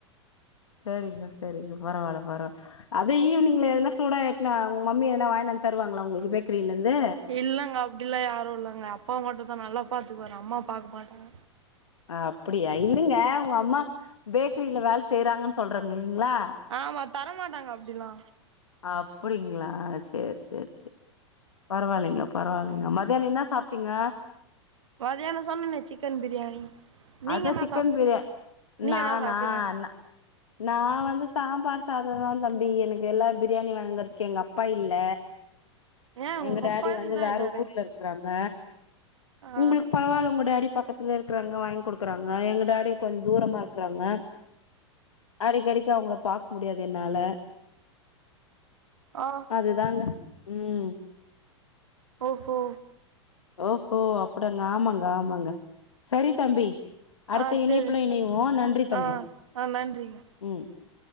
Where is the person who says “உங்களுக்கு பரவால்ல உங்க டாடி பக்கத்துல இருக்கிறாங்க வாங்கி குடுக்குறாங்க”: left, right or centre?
Left